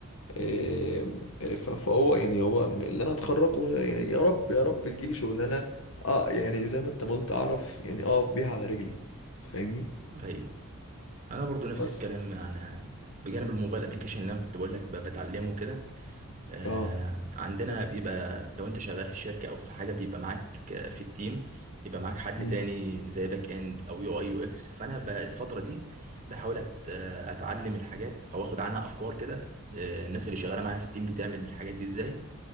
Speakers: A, on the left (about 65°); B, on the right (about 35°).
A: آه، آه، ف- فهو يعني هو اللي انا اتخرجه يعني يا رب يا رب تجيلي شغلانه اه يعني زي ما انت ما قلت اعرف يعني اقف بيها على رجلي فاهمني
B: ايوه انا برضو نفس
A: بس
B: الكلام يعني آه، بجانب الموبايل ابلكيشن اللي انا كنت بقول لك ب- بتعلمه كده آه،
A: اه
B: عندنا بيبقى لو انت شغال في شركة او في حاجة بيبقى معاك آه، في التيم يبقى معاك حد
A: امم
B: تاني زي باك اند او يو اي يو اكس فانا ب- الفترة دي بحاول أت- آه، اتعلم الحاجات او اخد عنها افكار كده آه، الناس اللي شغالة معايا في التيم بتعمل الحاجات دي ازاي